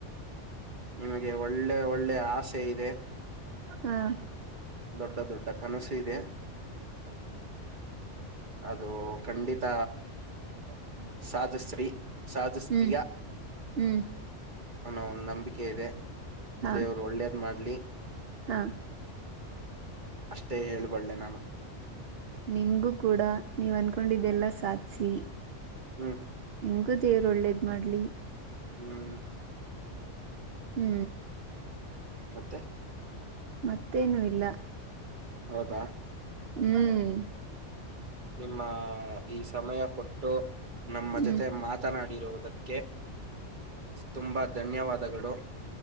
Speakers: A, on the right; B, on the right.
A: ನಿಮಗೆ ಒಳ್ಳೆ ಒಳ್ಳೆ ಆಸೆ ಇದೆ.
B: ಹಾ.
A: ದೊಡ್ಡ ದೊಡ್ಡ ಕನಸು ಇದೆ. ಅದು ಖಂಡಿತ.
B: <unintelligible>
A: ಸಾದಶ್ರೀ ಸಾದಸ್ತಿಯ
B: ಹ್ಮ್ ಹ್ಮ್
A: ಅನ್ನೋ ಒಂದ್ ನಂಬಿಕೆ ಇದೆ
B: ಹಾ
A: ದೇವರು ಒಳ್ಳೇದ್ ಮಾಡ್ಲಿ
B: ಹಾ
A: ಅಷ್ಟೇ ಹೇಳ್ಬಡ್ ನಾನು
B: ನಿಮಗೂ ಕೂಡ ನೀವ ಅನ್ಕೊಂಡಿದ್ದೆಲ್ಲ ಸಾಧಿಸಿ
A: ಹ್ಮ್
B: ನಿಮ್ಗೂ ದೇವ್ರು ಒಳ್ಳೇದ್ ಮಾಡ್ಲಿ
A: ಹ್ಮ್
B: ಹ್ಮ್
A: ಮತ್ತೆ
B: ಮತ್ತೇನು ಇಲ್ಲ
A: ಹೌದಾ
B: ಹ್ಮ್
A: ನಿಮ್ಮ ಈ ಸಮಯ ಕೊಟ್ಟು ನಮ್ಮ
B: ಹ್ಮ್
A: ಜೊತೆ ಮಾತ್ರ ಮಾತನಾಡಿರುವುದಕ್ಕೆ ತುಂಬಾ ಧನ್ಯವಾದಗಳು